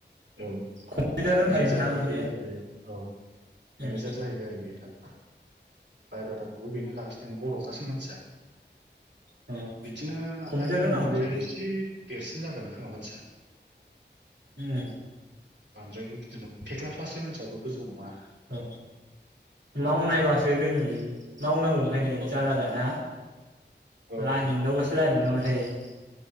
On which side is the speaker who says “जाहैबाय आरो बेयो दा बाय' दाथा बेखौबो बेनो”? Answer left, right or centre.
Right